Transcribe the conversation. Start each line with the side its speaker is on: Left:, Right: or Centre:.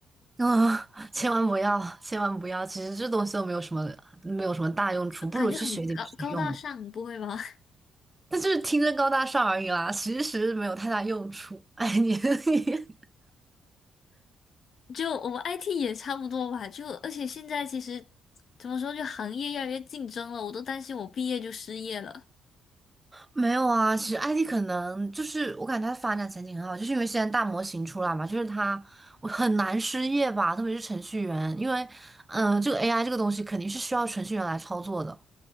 Right: 啊，千万不要，千万不要，其实这东西都没有什么没有什么大用处，
Left: 就感觉很高高大上，
Right: 不如去学点实用的，
Left: 不会吗？
Right: 但就是听着高大上而已啦，其实没有太大用处。哎，你 <laughs> 你。
Left: 就我们 IT 也差不多吧，就而且现在其实怎么说，就行业越来越竞争了，我都担心我毕业就失业了。
Right: 没有啊，其实 IT 可能就是我感觉它的发展前景很好，就是因为现在大模型出来嘛，就是它我很难失业吧，特别是程序员，因为嗯、呃这个 AI 这个东西肯定是需要程序员来操作的。